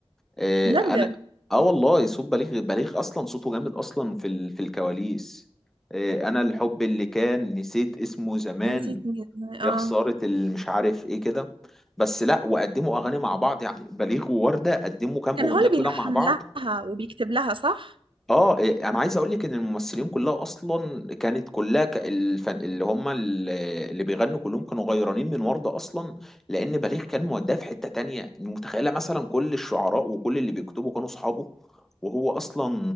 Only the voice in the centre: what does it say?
آه،
انا اه والله صوت بليغ بليغ اصلا صوته جامد اصلا في ال... في الكواليس آه، انا الحب اللي كان نسيت اسمه زمان
يا خسارة اللي مش عارف ايه كده بس لا وقدموا اغاني مع بعض يعني بليغ ووردة قدموا كام
اغنية
كده مع بعض
اه إيه، انا عايز اقول لك ان الممثلين كلها اصلا كانت كلها ك- الفن اللي هم ال- اللي بيغنوا كلهم كانوا غيرانين من وردة اصلا لان بليغ كان موداه في حتة تانية متخيلة مثلا كل الشعراء وكل اللي بيكتبوا كانوا اصحابه وهو اصلا